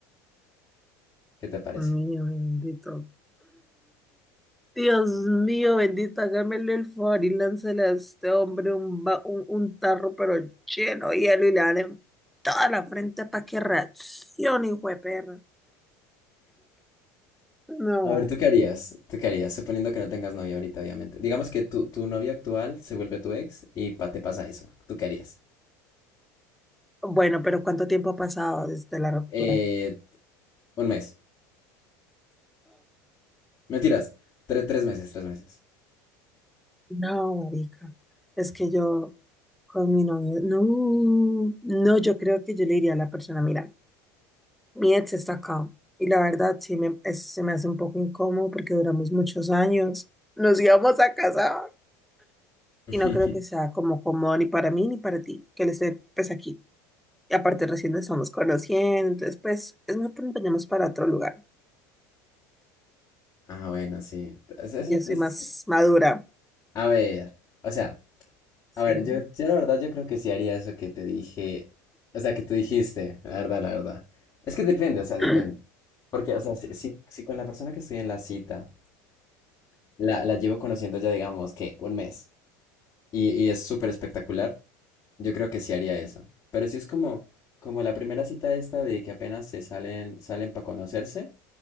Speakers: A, on the left; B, in the centre.
A: ¿Qué te parece?
B: Oh, Mío bendito. Dios mío, bendito, hágamele el favor y láncele a este hombre un, ba- un, un tarro, pero lleno de hielo y le dan en toda la frente para que reaccione, hijo de perra. No.
A: A ver, ¿tú qué harías? ¿Tú qué harías? Suponiendo que no tengas novia ahorita, obviamente. Digamos que tu, tu novia actual se vuelve tu ex y pa- te pasa eso. ¿Tú qué harías?
B: Bueno, pero ¿cuánto tiempo ha pasado desde la ruptura?
A: Eh, un mes. Mentiras. Tres, tres meses, tres meses.
B: No, marica. Es que yo con mi novio, no, no, yo creo que yo le diría a la persona, mira, mi ex está acá. Y la verdad, sí me, es- se me hace un poco incómodo porque duramos muchos años, nos íbamos a casar
A: <laughs>
B: y no creo que sea como cómodo ni para mí ni para ti, que él esté pues aquí. Y aparte recién nos estamos conociendo, entonces pues es mejor que nos vayamos para otro lugar.
A: Ah, bueno, sí. Es- es-
B: Yo soy
A: es-
B: más madura,
A: A ver, o sea.
B: sí.
A: A ver, yo, yo la verdad yo creo que sí haría eso que te dije, o sea, que tú dijiste, la verdad, la verdad. Es que depende, o sea, depende.
B: <clears throat>
A: Porque, o sea, si, si, si con la persona que estoy en la cita, la, la llevo conociendo ya, digamos, que un mes, y, y es súper espectacular, yo creo que sí haría eso. Pero si es como, como la primera cita esta de que apenas se salen, salen para conocerse,